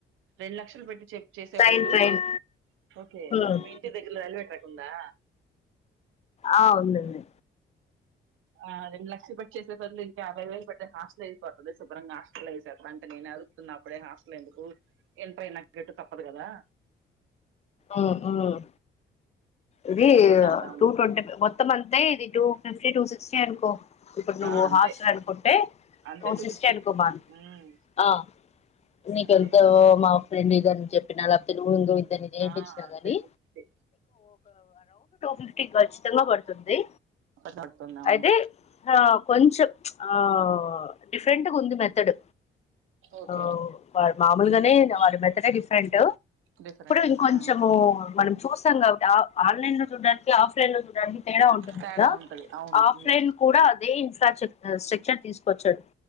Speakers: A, on the right; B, on the left.
A: రెండు లక్షలు పెట్టి చెక్ చేసే
B: ట్రైన్
A: బదులు
B: ట్రైన్
A: ఓకే
B: ఉమ్
A: మీ ఇంటి దగ్గర రైల్వే ట్రాక్ ఉందా
B: ఆ ఉందండి
A: అ రెండు లక్షల్ పట్టి చేసే బదులు, ఇంకా యాభై వేలు పడితే హాస్టల్ అయిపోతుంది, శుభ్రంగా హాస్టల్ వేసేస్తా అంటే నేను అరుత్తున్న అప్పుడే హాస్టల్ ఎందుకు ఎంతైనా <unintelligible> తప్పదు కదా
B: మ్ మ్ ఇది
A: అనేసి అంటా ఉన్నా
B: టూ ట్వంట్ మొత్తం అంతే ఇది టు ఫిఫ్టీ టూ సిక్స్టీ అనుకో, ఇప్పుడు నువ్వు
A: ఆ అంతే
B: హాస్టల్ అనుకుంటే
A: అంతే
B: టూ సిక్స్టీ
A: ఫిఫ్టీ
B: అనుకో మ <unintelligible>
A: ఉమ్ అంతే
B: చెప్పినా గా <inaudible> నేర్పిచ్చినా
A: ఆ అంతే
B: కాని
A: టూ ఫిఫ్టీ
B: ఫిఫ్టీ గర్ల్స్ సిద్ధంగా పడుతుంది
A: పడుతుంది అవును
B: అయితే ఆ కొంచెం ఆ డిఫరెంట్ ఉంది మెథడ్
A: ఓకే
B: ఆ మాములుగానే వారి మెథడే డిఫరెంట్
A: డిఫరెంట్
B: ఇంకొంచెము
A: ఆ
B: మనం చూస్తాం కాబట్టి ఆ ఆన్లైన్ లో చూడడానికి ఆఫ్లైన్ లో చూడాలని తేడా ఉంటుంది
A: తేడా
B: కదా
A: ఉంటది అవును
B: ఆఫ్లైన్
A: ఉమ్
B: కూడా అదే ఇన్స్ స్ట స్ట్రక్చర్ తీసుకొచ్చాడు